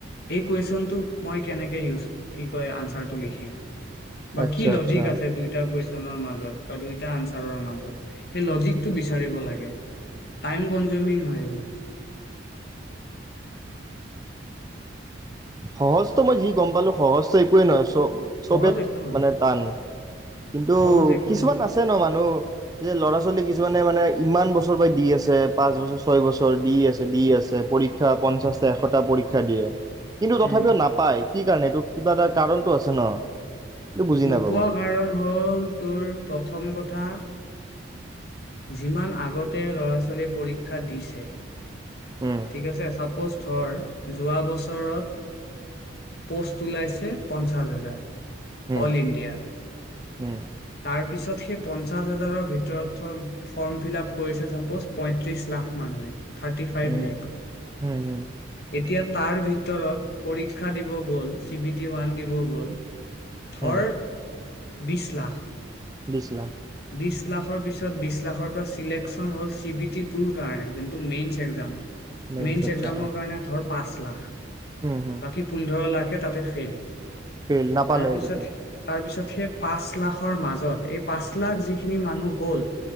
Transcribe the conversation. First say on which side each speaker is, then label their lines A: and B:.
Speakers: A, on the left; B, on the right.
A: এই কুৱেশনটোত মই কেনেকে ইউজ কি কয় আনচাৰটো লিখিম বা
B: আচ্ছা
A: কি লজিক
B: আচ্ছা।
A: আছে দুইটা কৈ দুয়োটা আনচাৰৰ মাজত সেই লজিকটো বিচাৰিব লাগে টাইম কনজোমিক হয়
B: সহজ্ত মই যি গম পালো সহজ একোৱে নহয় আছো চব চবেত
A: সহজ একো নহয়
B: মানে টান কিন্তু
A: সহজ একো
B: কিছুমান
A: নহয়
B: আছে ন মানুহ যে ল'ৰা ছোৱালী কিছুমানে মানে ইমান বছৰৰ পৰা দি আছে পাঁচ বছৰ ছয় বছৰ দি আছে দি আছে পৰীক্ষা পঞ্চাশটা এশটা পৰীক্ষা শিক্ষা দিয়ে তথাপিও
A: উম
B: নাপায় কি কাৰণে এইটো কিবা এটা কাৰণতটো আছে ন এইটো বুজি
A: নোপোৱা
B: নাপাওঁ মই
A: কাৰণ হ'ল তোৰ প্ৰথম কথা যিমান আগতে ল'ৰা ছোৱালীয়ে পৰীক্ষা দিছে
B: উম
A: ঠিক আছে চাপোজ যোৱা বছৰত প'ষ্ট ওলাইছে পঞ্চাছ হাজাৰ
B: উম
A: অল ইণ্ডিয়াত
B: উম
A: পঞ্চাশ হাজাৰৰ ভিতৰত থ ফৰ্ম ফিল আপ কৰিছে চাপ'জ পঁয়ত্ৰিশ লাখ মানুহে থাৰটি ফাইভ
B: উম
A: লেখ
B: উম উম
A: এতিয়া তাৰ ভিতৰত পৰীক্ষা দিব গ'ল চি বি টি ওৱান দিব গ'ল ধৰ
B: উম
A: বিশছ লাখ
B: বিশ
A: বিশ লাখৰ পিছত বিশ লাখ লা চেকন হল চি বি টি কাৰণে যোনটো মেইন এক্মম
B: মেইনছ
A: মেইন
B: আচ্ছা
A: এক্জামৰ কাৰণে ধৰ পাছ লাখ
B: উম উম
A: বাকী পোন্ধৰ লাখে তাতে ফেইল
B: ফেইল নাপালে
A: তাৰপিছত
B: এইকেইটাই
A: তাৰ পিছত সেই পাচ লাখৰ মাজত এই পাঁচ <unintelligible> ‌ যিখিনি মানুহ গ'ল